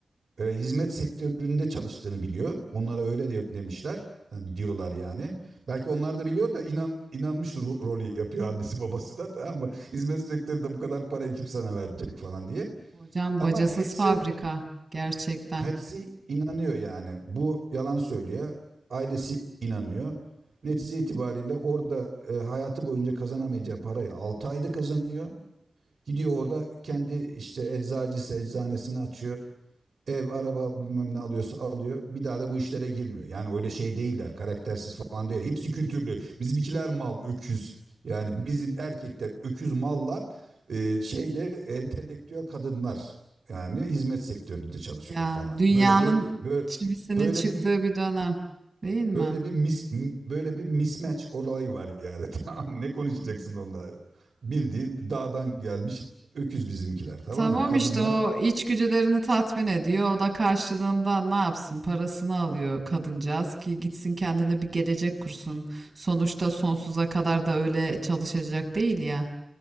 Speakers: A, on the right (about 70°); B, on the right (about 35°).
A: e, hizmet sektöründe çalıştığını biliyor. Onlara öyle de demişler. Yani diyorlar yani. Belki onlar da biliyor da inan inanmış ro- rolü yapıyor annesi babası da tamam mı? Hizmet sektöründe bu kadar parayı kim sana verecek falan diye.
B: Hocam
A: Ama
B: bacasız
A: hepsi
B: fabrika gerçekten.
A: hepsi inanıyor yani. Bu yalan söylüyor. Ailesi inanıyor. Netice itibariyle orada e, hayatı boyunca kazanamayacağı parayı 6 ayda kazanıyor. Gidiyor orada kendi işte eczacısı eczanesini açıyor ev, araba bilmem ne alıyorsa alıyor. Bir daha da bu işlere girmiyor. Yani öyle şey değiller. Karaktersiz falan değil. Hepsi kültürlü. Bizimkiler mal, öküz. Yani bizim erkekler öküz mallar. e, şeyde entelektüel kadınlar. Yani hizmet sektöründe çalışıyor
B: Ya
A: falan.
B: dünyanın
A: Böyle bir böyle,
B: çivisinin
A: böyle
B: çıktığı
A: bir
B: bir dönem değil mi?
A: böyle bir mis, böyle bir mismatch olayı var yani. <laughs> Tamam mı? Ne konuşacaksın onlara? Bildiğin dağdan gelmiş öküz bizimkiler tamam
B: Tamam
A: mı? Kadınlar
B: işte o içgüdülerini tatmin ediyor. O da karşılığında ne yapsın? Parasını alıyor kadıncağız ki gitsin kendine bir gelecek kursun. Sonuçta sonsuza kadar da öyle çalışacak değil ya.